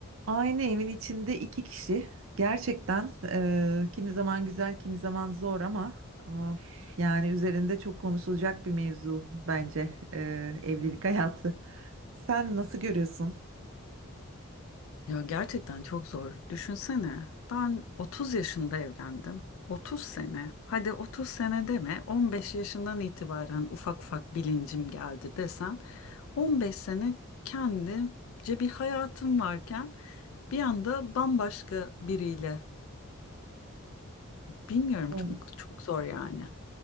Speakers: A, on the right; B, on the left.
A: Aynı evin içinde iki kişi gerçekten eee, kimi zaman güzel kimi zaman zor ama of, yani üzerinde çok konuşulacak bir mevzu bence eee, evlilik <laughs> hayatı. Sen nasıl görüyorsun?
B: Ya gerçekten çok zor. Düşünsene. Ben 30 yaşında evlendim. 30 sene. Hadi 30 sene deme. 15 yaşından itibaren ufak ufak bilincim geldi desen. 15 sene kendimce bir hayatım varken bir anda bambaşka biriyle. Bilmiyorum
A: Evet.
B: çok, çok zor yani.